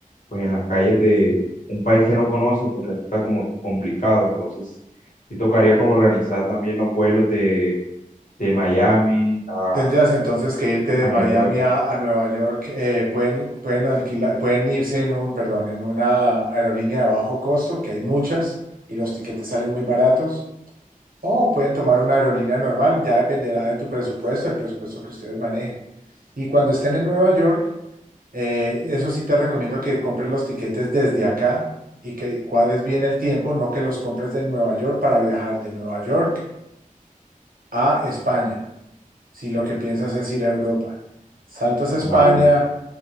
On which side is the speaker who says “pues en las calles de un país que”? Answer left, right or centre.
Left